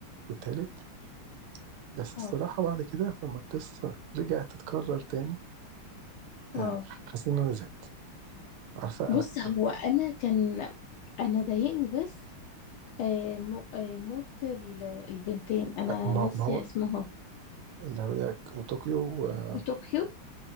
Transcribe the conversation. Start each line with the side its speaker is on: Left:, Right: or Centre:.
Right: والتالت بس
Left: اه
Right: الصراحه بعد كده لما القصه رجعت تتكرر تاني
Left: اه
Right: آه، حسيت ان انا زهقت عارفه
Left: بص
Right: انا
Left: هو
Right: آه،
Left: انا كان انا ضايقني بس آه مو- آه، موت ال- البنتين انا
Right: ما
Left: ناسيه
Right: ما هو
Left: اسمهم
Right: اللي هي طوكيو و-
Left: طوكيو